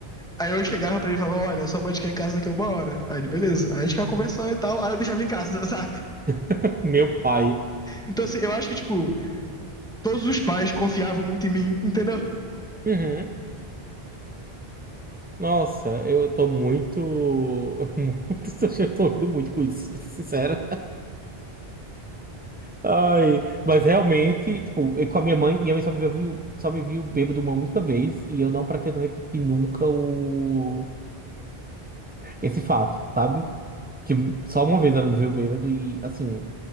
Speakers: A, in the centre; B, on the right (about 15°).
A: Aí eu chegava pra ele e falava, olha, sua mãe te quer em casa daqui a uma hora. Aí ele, beleza. Aí a gente ficava conversando e tal, aí eu deixava ele em casa, <laughs> sabe?
B: <laughs> Meu pai.
A: Então, assim, eu acho que, tipo, todos os pais confiavam muito em mim, entendeu?
B: Uhum. Nossa, eu tô muito. <laughs> Muito. Eu tô rindo muito com isso, pra ser sincero. Ai, mas realmente, tipo, eu com a minha mãe, minha mãe só me viu, só me viu bêbado uma única vez e eu não pretendo repetir nunca o esse fato, sabe? Que só uma vez ela me viu bêbado e assim,